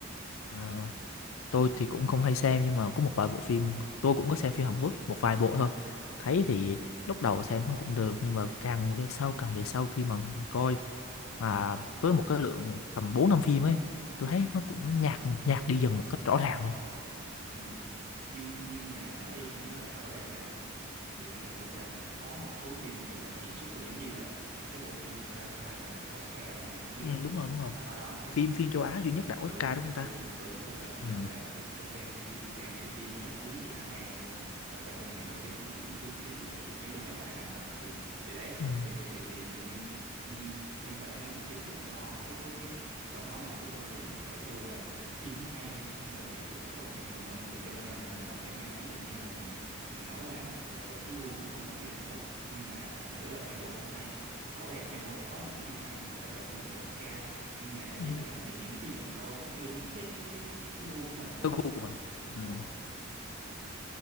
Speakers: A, on the left (about 85°); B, on the right (about 55°).
A: à tôi thì cũng không hay xem nhưng mà có một vài bộ phim tôi cũng có xem phim Hàn Quốc một vài bộ thôi thấy thì lúc đầu xem nó cũng được nhưng mà càng về sau càng về sau khi mà mình coi à, với một cái lượng tầm 4 năm phim ấy
B: ừ
A: tôi thấy nó cũng nhạt nhạt đi dần một cách rõ ràng luôn
B: ừ nhưng nhưng mà nói đi thì cũng phải nói lại rõ ràng là điện ảnh Hàn Quốc là có một số phim gọi là kiệt xuất luôn giống như là cái bộ phim Parasite mà đoạt Oscar ông ông biết
A: ừ,
B: không nhỉ
A: đúng rồi đúng rồi
B: đó đó thì
A: phim
B: phải
A: phim châu Á duy nhất đạt Oscar
B: đúng
A: đúng không ta
B: đúng đúng tôi phải công
A: ừ.
B: nhận là tôi tôi xem tôi tôi xem cái phim đó nó cuốn dã man luôn và phải công nhận là cái cái gì cái cái vị đạo diễn ấy đúng là tài năng thật thì thì đấy
A: Ừ.
B: thì mà- thì thì thì như như như vậy mới minh chứng được cho cái cái cái câu nói nãy của tôi cái nhận xét của tôi là phim nó hay hay không là tùy thuộc vào góc nhìn của mỗi người cho nên là mình không thể nào ví dụ như là mình mình nói là ừ cái gu của tôi không phải phim Hàn Quốc nhưng mà thành thử là phim Hàn Quốc không hay rõ ràng phim Hàn Quốc có những phim hay mà người ta đoạt luôn giải Oscar nhưng mà ý
A: Ừ.
B: là những những phim mình coi nó chưa đúng cái cái cái cái gu của mình thôi
A: cái gu của mình
B: đúng
A: ừ.